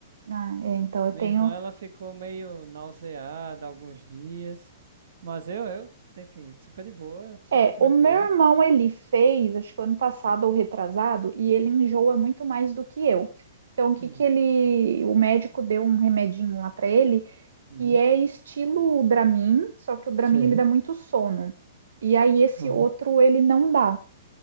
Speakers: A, on the right; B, on the right.
A: Ah, é, então eu
B: Minha
A: tenho
B: irmã, ela ficou meio nauseada alguns dias, mas eu, eu, enfim, super de boa, super
A: É,
B: tranquila.
A: o meu irmão ele fez, acho que ano passado ou retrasado, e ele enjoa muito mais do que eu. Então, o que
B: Hum.
A: que ele, o médico deu um remedinho lá para ele,
B: Uhum.
A: que é estilo Dramin, só que o Dramin
B: Sei.
A: ele dá muito sono. E aí esse
B: Uhum.
A: outro ele não dá.